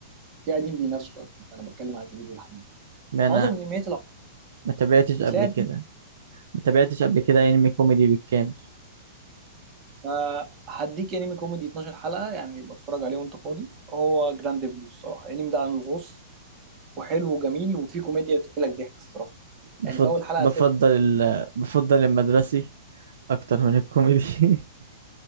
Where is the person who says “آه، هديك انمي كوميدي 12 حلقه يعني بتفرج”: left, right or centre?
Right